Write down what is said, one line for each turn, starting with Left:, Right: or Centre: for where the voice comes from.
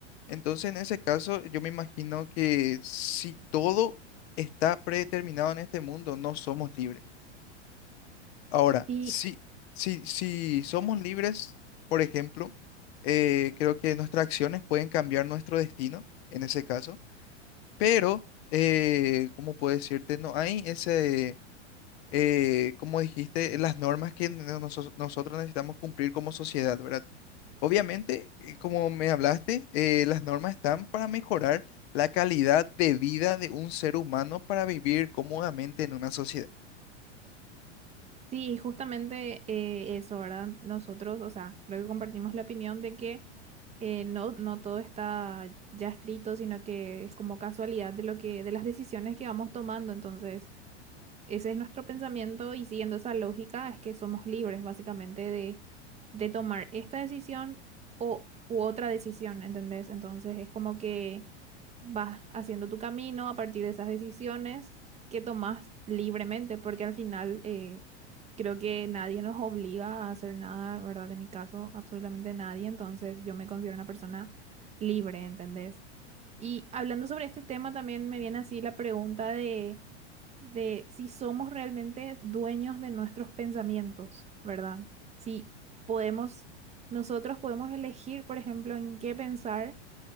Left: Entonces, en ese caso, yo me imagino que si todo está predeterminado en este mundo, no somos libres. Ahora,
Right: Y
Left: si, si, si somos libres, por ejemplo, eh, creo que nuestras acciones pueden cambiar nuestro destino, en ese caso, pero, eh, ¿cómo puedo decirte? No hay ese... eh, como dijiste, las normas que no- nosos- nosotros necesitamos cumplir como sociedad, ¿verdad? Obviamente, eh, como me hablaste, eh, las normas están para mejorar la calidad de vida de un ser humano para vivir cómodamente en una sociedad.
Right: Sí, justamente eh, eso, ¿verdad? Nosotros, o sea, creo que compartimos la opinión de que eh, no, no todo está ya escrito, sino que es como casualidad de lo que, de las decisiones que vamos tomando. Entonces, ese es nuestro pensamiento y siguiendo esa lógica es que somos libres básicamente de, de tomar esta decisión o, u otra decisión, ¿entendés? Entonces es como que vas haciendo tu camino a partir de esas decisiones que tomas libremente, porque al final eh, creo que nadie nos obliga a hacer nada, ¿verdad? En mi caso, absolutamente nadie, entonces yo me considero una persona libre, ¿entendés? Y hablando sobre este tema también me viene así la pregunta de de si somos realmente dueños de nuestros pensamientos, ¿verdad? Si podemos, nosotros podemos elegir, por ejemplo, en qué pensar